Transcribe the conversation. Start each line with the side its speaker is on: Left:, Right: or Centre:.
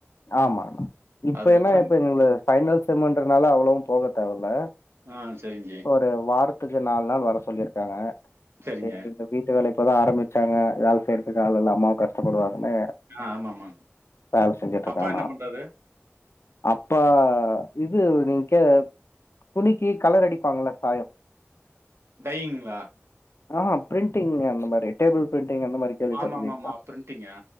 Left: ஆமாம்மா இப்ப
Right: அதுக்கப்புறம்
Left: என்னா இப்ப எங்ளுக் பைனல் செம்முன்றதுனால அவ்ளோவு போக தேவல்ல
Right: ஆ சரிங்க ஜி.
Left: ஒரு வாரத்துக்கு நால் நாள் வர சொல்லியிருக்காங்க
Right: சரிங்க.
Left: கைஸ் இப்ப வீட்டு வேல இப்பதா ஆரம்பிச்சாங்க வேல செய்றதுக்கு ஆள் இல்லாம அவ கஷ்டப்படுவாங்கனு
Right: ஆ ஆமாமா.
Left: வேல செஞ்சிட்ருக்காங்னா
Right: அப்பா என்ன பண்றாரு?
Left: அப்பா இது நீங்க துணிக்கு கலர் அடிப்பாங்ள்ல சாயோ
Right: டைய்யிங்ளா
Left: ஆஆ பிரிண்டிங் அந்த மாரி டேபிள் பிரிண்டிங் அந்த மாரி கேள்விப்பட்ருக்கீங்ளா
Right: ஆமாமாமா. பிரிண்டிங்கா?